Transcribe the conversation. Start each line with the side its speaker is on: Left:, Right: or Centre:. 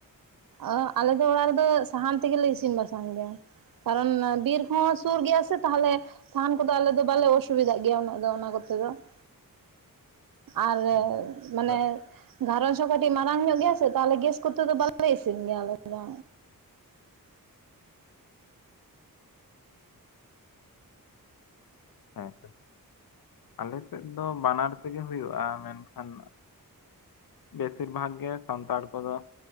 Right: ᱚᱸ ᱟᱞᱮ ᱫᱚ ᱚᱲᱟᱜ ᱨᱮᱫᱚ ᱥᱟᱦᱟᱱ ᱛᱮᱜᱮᱞᱮ ᱤᱥᱤᱱ ᱵᱟᱥᱟᱝ ᱜᱮᱭᱟ ᱾ ᱠᱟᱨᱚᱱ ᱵᱤᱨ ᱦᱚᱸ ᱥᱩᱨ ᱜᱮᱭᱟ ᱥᱮ ᱛᱟᱦᱚᱞᱮ ᱥᱟᱦᱟᱱ ᱠᱚᱫᱚ ᱟᱞᱮ ᱫᱚ ᱵᱟᱞᱮ ᱚᱥᱩᱵᱤᱫᱟᱜ ᱜᱮᱭᱟ ᱩᱱᱟᱹᱜ ᱫᱚ ᱚᱱᱟ ᱠᱚᱛᱮ ᱫᱚ ᱾ ᱟᱨ
Left: ᱦᱮᱸ
Right: ᱢᱟᱱᱮ
Left: ᱟᱨ-
Right: ᱜᱸᱷᱟᱨᱚᱧᱡᱽ ᱦᱚᱸ ᱠᱟᱹᱴᱤᱡ ᱢᱟᱨᱟᱝ ᱧᱚᱜ ᱜᱮᱭᱟ ᱛᱟᱦᱚᱞᱮ ᱜᱮᱥ ᱠᱚᱛᱮ ᱫᱚ ᱵᱟᱞᱮ ᱤᱥᱤᱱ ᱜᱮᱭᱟᱞᱮ ᱟᱞᱮ ᱫᱚ
Left: ᱦᱮᱸ ᱛᱮ ᱟᱞᱮ ᱥᱮᱫ ᱫᱚ ᱵᱟᱱᱟᱨ ᱛᱮᱜᱮ ᱦᱩᱭᱩᱜᱼᱟ ᱢᱮᱱᱠᱷᱟᱱ ᱵᱮᱥᱤᱨ ᱵᱷᱟᱜᱽ ᱜᱮ ᱥᱟᱱᱛᱟᱲ ᱠᱚᱫᱚ